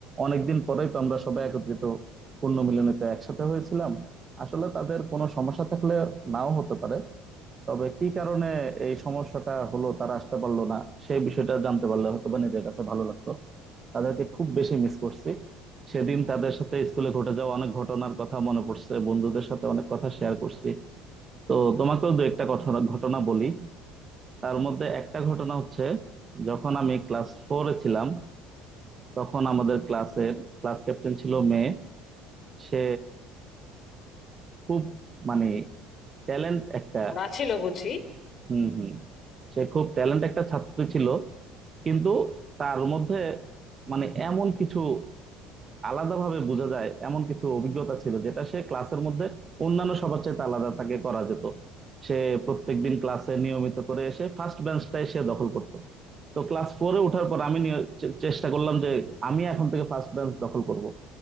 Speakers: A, on the right; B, on the left.
A: অনেকদিন পরেই তো আমরা সবাই একত্রিত পূর্ণ মিলনীতে একসাথে হয়েছিলাম আসলে তাদের কোনো সমস্যা থাকলে নাও হতে পারে তবে কি কারণে এই সমস্যাটা হলো তারা আসতে পারলো না সেই বিষয়টা জানতে পারলে হয়তো বা নিজের কাছে ভালো লাগতো তাদেরকে খুব বেশি মিস করছি সেদিন তাদের সাথে স্কুলে ঘটে যাওয়া অনেক ঘটনার কথা মনে পড়ছে বন্ধুদের সাথে অনেক কথা শেয়ার করছি তো তোমাকেও দু একটা ঘটনা ঘটনা বলি তার মধ্যে একটা ঘটনা হচ্ছে যখন আমি ক্লাস ফোরে ছিলাম তখন আমাদের ক্লাসের ক্লাস ক্যাপ্টেন ছিল মেয়ে সে খুব মানে ট্যালেন্ট একটা
B: ওরা ছিল বুঝি
A: হুম হুম সে খুব ট্যালেন্ট একটা ছাত্রী ছিল কিন্তু তার মধ্যে মানে এমন কিছু আলাদাভাবে বোঝা যায় এমন কিছু অভিজ্ঞতা ছিল যেটা সে ক্লাসের মধ্যে অন্যান্য সবার চাইতে আলাদা তাকে করা যেত সে প্রত্যেকদিন ক্লাসে নিয়মিত করে এসে ফার্স্ট বেঞ্চটাই সে দখল করত তো ক্লাস ফোরে ওঠার পর আমি নিয়ে- চে- চেষ্টা করলাম যে আমি এখন থেকে ফার্স্ট বেঞ্চ দখল করব